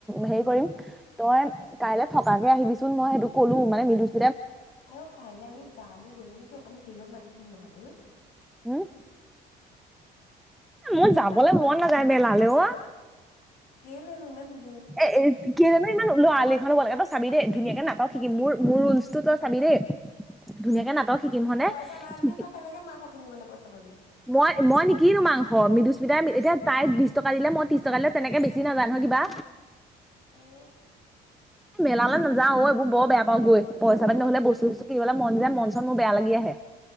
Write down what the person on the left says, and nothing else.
আৰু কাইলৈ আমি যাম আমি গ'লেনো কিয হব, আমি হেৰিয়ক মাতি দিম নহয় <unintelligible>
হেৰিয়ক
মাতি
দিম
কেলেনো ইমান ধুন
পইচা নাই যদি
তই কেনেকে মাংস কিনিবলৈ পইচা পাবি
অহ